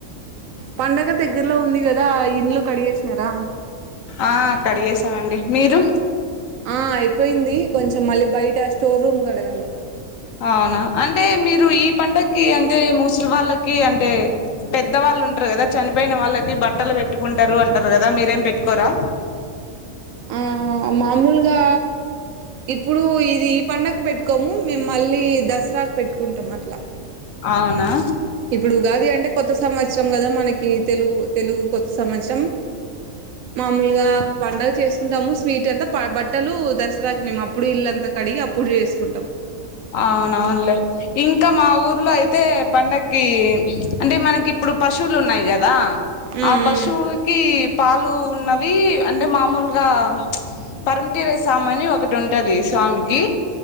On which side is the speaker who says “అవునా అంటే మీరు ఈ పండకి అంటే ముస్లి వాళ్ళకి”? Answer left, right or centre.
Left